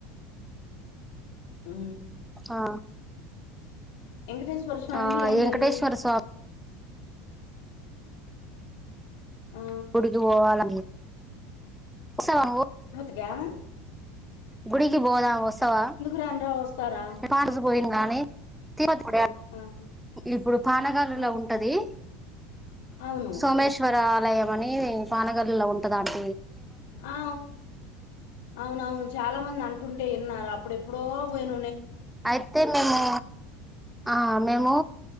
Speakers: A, on the left; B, in the centre.
A: ఉ
B: ఆ
A: వెంకటేశ్వర స్వామిది
B: ఆ
A: ఏందది
B: వెంకటేశ్వర స్వామి
A: ఆ
B: గుడికి పోవాల వసవ నువు
A: ఎం
B: గుడికి పోదాము వసవా
A: రానురా వస్తారా
B: కాడస పోయి కానీ తవా
A: ఆ
B: ఇప్పుడు పానగాలులా
A: ఆ
B: ఉంటది
A: అవును
B: సోమేశ్వర ఆలయం అని పాన్గల్లిలో ఉంటద అంట
A: ఆ అవునవును చాలా మంది అంటుంటే విన్నారు అప్పుడెప్పుడో పోయిన
B: అయితే మేము ఆ మేము